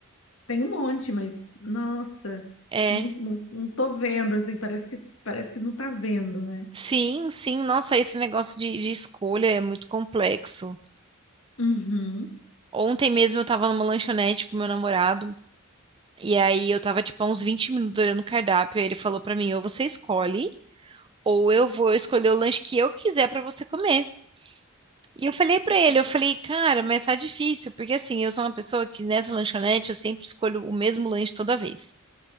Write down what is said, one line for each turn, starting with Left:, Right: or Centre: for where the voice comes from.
Left: Tem um monte, mas nossa,
Right: é.
Left: não, não, não tô vendo assim, parece que parece que não tá vendo, né?
Right: Sim, sim, nossa, esse negócio de, de escolha é muito complexo.
Left: Uhum,
Right: Ontem mesmo eu tava numa lanchonete com meu namorado, e aí eu tava tipo há uns 20 minutos olhando o cardápio, aí ele falou pra mim, ou você escolhe, ou eu vou escolher o lanche que eu quiser pra você comer. E eu falei pra ele, eu falei, cara, mas tá difícil, porque assim, eu sou uma pessoa que nessa lanchonete eu sempre escolho o mesmo lanche toda vez.